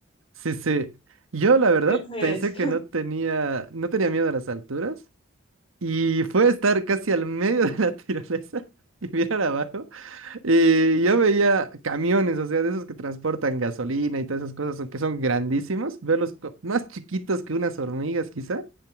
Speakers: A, on the right; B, on the left.
A: Sí, sí. Yo la verdad
B: sí lo he
A: pensé
B: hecho,
A: que no tenía, no tenía miedo a las alturas y fue estar casi al medio de la tirolesa <laughs> y mirar abajo y yo veía camiones, o sea, de esos que transportan gasolina y todas esas cosas, o que son grandísimos, verlos co- más chiquitos que unas hormigas quizá.